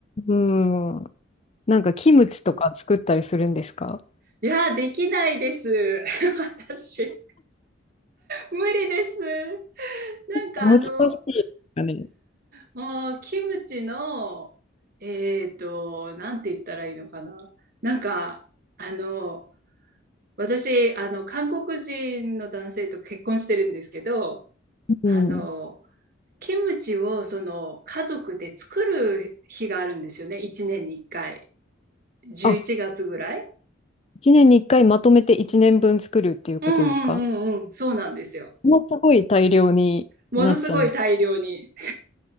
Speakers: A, on the left (about 30°); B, on the right (about 50°).
A: うん。なんかキムチとか作ったりするんですか
B: いや、できないです。<laughs> 私。無理です。なんかあの、
A: 難しいですかね。
B: もうキムチの、えっと、なんて言ったらいいのかな。なんか、あの、私、あの、韓国人の男性と結婚してるんですけど、
A: うん。
B: あの、キムチをその家族で作る日があるんですよね。1年に1回。11月ぐらい。
A: あ、1年に1回まとめて1年分作るっていうことですか
B: うんうんうんうん。そうなんですよ。
A: もうすごい大量になっちゃう。
B: ものすごい大量に。